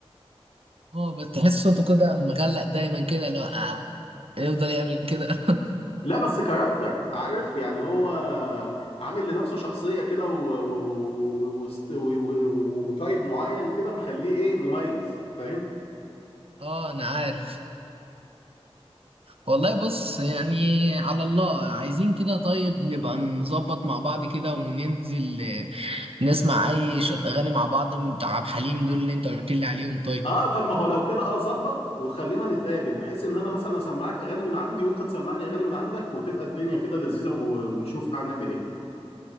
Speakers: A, on the right (about 65°); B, on the left (about 75°).
A: اه بس تحس صوته كده مغلق دايما كده لو آه، يفضل يعمل كده <laughs>
B: لا بس كاركتر عارف يعني هو عامل لنفسه شخصيه كده و- و- و- و- و- وست- و- و- و- وطيب معين كده مخليه ايه مميز فاهم
A: اه انا عارف والله بص يعني على الله عايزين كده طيب نبقى نظبط مع بعض كده وننزل آه، نسمع اي شت اغاني مع بعض بتاع عبد الحليم دول اللي انت قلت لي عليهم طيب
B: اه طب ما هو لو كده اه ظبط وخلينا نتقابل بحيث ان انا مثلا اسمعك اغاني من عندي وانت تسمعني اغاني من عندك وتبقى الدنيا كده لذيذة و- ونشوف هنعمل ايه